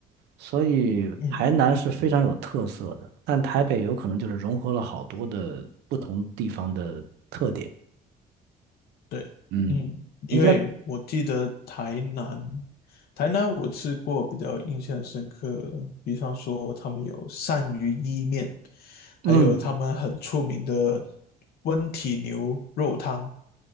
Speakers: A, on the right; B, on the left.
A: 所以台南是非常有特色的，
B: 嗯，
A: 但台北有可能就是融合了好多的不同地方的特点。
B: 对，
A: 嗯，
B: 嗯，因为我记得台南，
A: 你在
B: 台南我吃过比较印象深刻，比方说他们有鳝鱼意面，还有他们很出名的
A: 嗯
B: 温体牛肉汤，